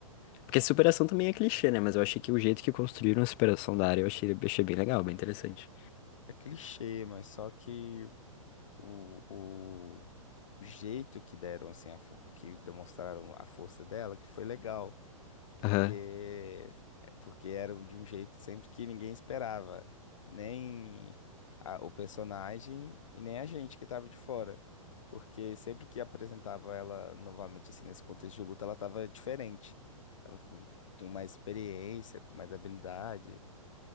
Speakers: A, on the left; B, on the left.
A: Porque a superação também é clichê, né? Mas eu achei que o jeito que construíram a superação da área eu achei, achei bem legal, bem interessante.
B: É clichê, mas só que o, o jeito que deram assim a, fo- que demonstraram a força dela que foi legal. porque
A: Aham.
B: porque era de um jeito sempre que ninguém esperava, nem a- o personagem e nem a gente que estava de fora. Porque sempre que apresentava ela novamente assim nesse contexto de luta, ela estava diferente, tava com, com mais experiência, com mais habilidade.